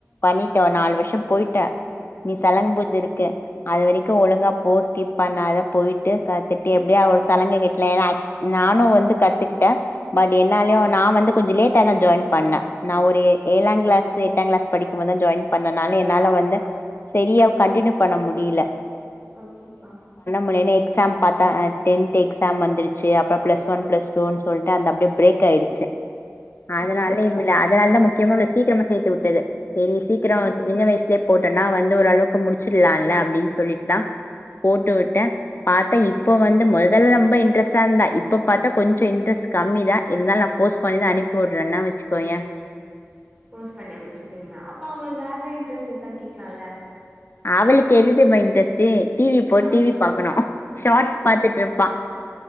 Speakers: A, on the left; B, on the right.
A: பண்ணிட்ட நாலு வருஷம் போயிட்ட நீ சலங்கு
B: ஓகே
A: பூஜ இருக்க அது வரைக்கூ ஒழுங்கா போ ஸ்கிப் பண்ணாத போயிட்டு கத்துட்டு எப்டியா ஒரு சலங்க கட்ல நானு வந்து கத்துக்கிட்டே பட் என்னாலயு நா வந்து கொஞ்சோ லேட்டா தா ஜாயின் பண்ணே நா ஒரு ஏ ஏழா கிளாஸ் எட்டா கிளாஸ் படிக்கும்போதுதா ஜாயின் பண்ணேனு என்னால வந்து செரியா கண்டின்யு பண்ண முடில
B: ஓகேக்கா
A: முன்னே எக்ஸாம் ப்த்தா டென்த் எக்ஸாம் வந்துருச்சு அப்பறோ பிளஸ் ஒன் பிளஸ் டூன்னு சொல்லிட்டு அந்த அப்டியே பிரேக் ஆயிடுச்சு அதனால
B: ஓகே
A: இவல அதனால்தா முக்கியமா சி சிக்கரம செத்து விட்டது செரி சிக்கரமா
B: ம்
A: சின்ன வயசுலயே போட்டனா வந்து ஓரளவுக்கு முடிச்சிடலால அப்டின்னு சொல்லி தா போட்டு வி டன் பாத்தே இப்ப வந்து முதல்ல ரொம்ப இன்ட்ரெஸ்டா இருந்தன் இப்ப பார்த்தா கொஞ்சோ இன்ட்ரெஸ்ட் கம்மி தான் இருந்தாலும் நா போர்ஸ் பண்ணிதா அனுப்புடுறேன்ன்னா வச்சுக்கோயேன்
B: ஃபோர்ஸ் பண்ணி அம்ச்சுட்ரிங்க அப்ப அவங்களுக்கு வேற இன்ட்ரெஸ்ட் இருக்கான்னு கேக்க்கலாம்ல
A: அவளுக்கு எது தெரியுமா இன்ட்ரெஸ்ட்டு டி. வி போட்
B: ஆ
A: டிவி பாக்கணும் ஷாட்ஸ் பாத்துட்டு இருப்பா